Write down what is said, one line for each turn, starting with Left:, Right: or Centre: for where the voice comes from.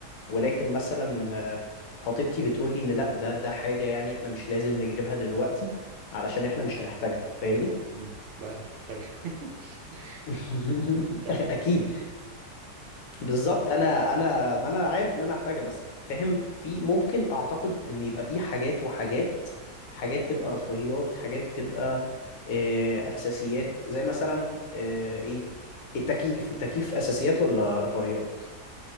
Left: ولكن مثلا آه، خطيبتي بتقول لي ان لا ده ده حاجة يعني احنا مش لازم نجيبها دلوقتي علشان احنا مش هنحتاجها فاهمني
Right: مم. لا هتحتاج <laughs>
Left: <laughs>
Right: هتحتاج
Left: اكيد بالظبط انا انا ما انا عارف ان انا هحتاجها بس فاهم في ممكن اعتقد ان يبقى في حاجات وحاجات حاجات تبقى رفاهيات حاجات تبقى آه، اساسيات زي مثلا آه، ايه التكييف التكييف اساسيات ولا رفاهيات